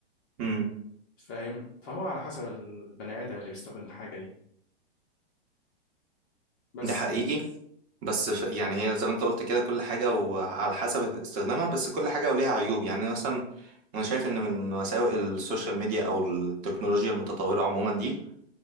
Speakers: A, on the right (about 25°); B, on the left (about 20°).
A: امم
B: فاهم فهو على حسب البني آدم اللي بيستخدم الحاجة دي بس
A: ده حقيقي بس ف... يعني هي زي ما انت قلت كده كل حاجة وعلى حسب استخدامها بس كل حاجة وليها عيوب يعني مثلا انا شايف ان من مساوئ السوشيال ميديا او التكنولوجيا المتطورة عموما دي